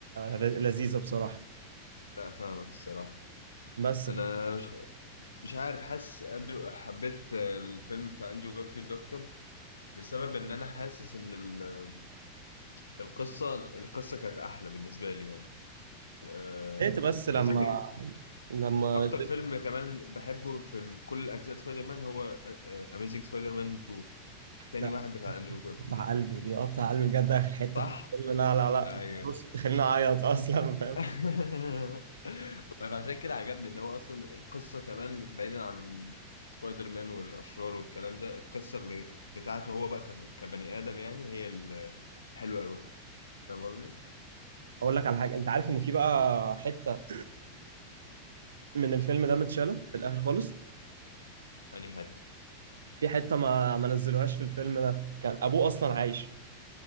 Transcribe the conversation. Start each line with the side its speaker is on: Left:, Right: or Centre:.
Right: لذيذة بصراحة
Left: لا فاهمك الصراحة
Right: بس
Left: أنا مش مش عارف حاسس اندرو حبيت الفيلم بتاع اندرو جارفيلد اكتر لسبب ان انا حاسس ان ال- القصه القصه كانت احلى بالنسبه لي يعني آه،
Right: لقيت بس لما
Left: بالذات
Right: لما
Left: اكتر فيلم
Right: شفت-
Left: كمان بحبه في ال- كل اجزاء سبايدر مان هو اميزنج سبايدر مان 2 تاني
Right: لا
Left: واحد بتاع اندرو جارفيلد
Right: قطع قلبي بيقطع قلبي بجد اخر حته
Left: صح
Right: في الفيلم لا لا لا
Left: ايوه
Right: بص تخليني اعيط اصلا فاهم
Left: <laughs> فعشان كده عجبني ان هو اصلا القصه كمان بعيدا عن سبايدر مان والاشرار والكلام ده القصه اللي بتاعته هو بقى ك- كبني ادم يعني هي الحلوه قوي فاهم قصدي؟
Right: اقول لك على حاجه انت عارف ان في بقى حته <clears throat> من الفيلم ده متشاله في الاخر خالص
Left: يعني هات
Right: في حته ما ما نزلوهاش في الفيلم ده كان ابوه اصلا عايش